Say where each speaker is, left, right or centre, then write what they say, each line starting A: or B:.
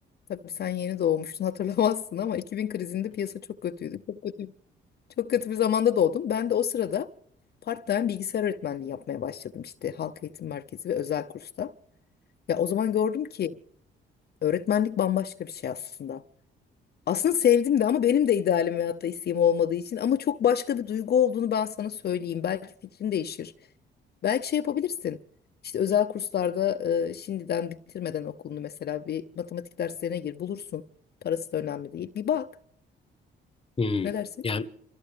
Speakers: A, on the left; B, on the left.
A: Tabii sen yeni doğmuştun <laughs> hatırlamazsın ama 2000 krizinde piyasa çok kötüydü. Çok kötü Çok kötü bir zamanda doğdum. Ben de o sırada part-time bilgisayar öğretmenliği yapmaya başladım işte halk eğitim merkezi ve özel kursta. Ya o zaman gördüm ki öğretmenlik bambaşka bir şey aslında. Aslında sevdim de ama benim de idealim veyahut da isteğim olmadığı için ama çok başka bir duygu olduğunu ben sana söyleyeyim. Belki fikrin değişir. Belki şey yapabilirsin. İşte özel kurslarda e, şimdiden bitirmeden okulunu mesela bir matematik derslerine gir bulursun. Parası da önemli değil. Bir bak.
B: hı, hı.
A: Ne dersin?
B: Yani